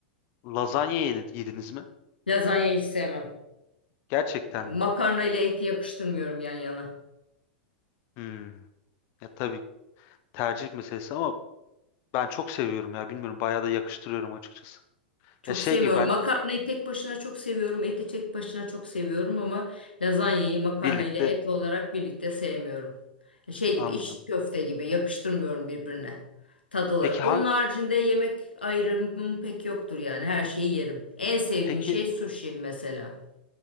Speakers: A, on the left; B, on the left.
A: Lazanya yedi- yediniz mi?
B: Lazanya hiç sevmem.
A: Gerçekten
B: Ya, Makarna
A: mi?
B: ile eti yakıştırmıyorum yan yana.
A: Hmm. Ya tabii tercih meselesi ama ben çok seviyorum ya bilmiyorum bayağı da yakıştırıyorum açıkçası.
B: Çok
A: Ya şey
B: sevmiyorum.
A: gibi ben
B: Makarnayı tek başına çok seviyorum. Eti tek başına çok seviyorum ama lazanyayı makarna
A: birlikte
B: ile et olarak birlikte sevmiyorum. Şey gibi
A: anladım.
B: içli köfte gibi yakıştırmıyorum birbirine. Tad olarak.
A: Peki
B: Onun
A: hangi
B: haricinde yemek ayrımım pek yoktur yani. Her şeyi yerim. En sevdiğim
A: peki
B: şey sushi mesela.